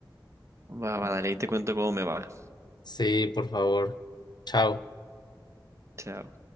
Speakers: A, on the right (about 40°); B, on the left (about 65°).
A: Va, va, dale, ahí te cuento cómo me va.
B: Sí, por favor. Chao.
A: Chao.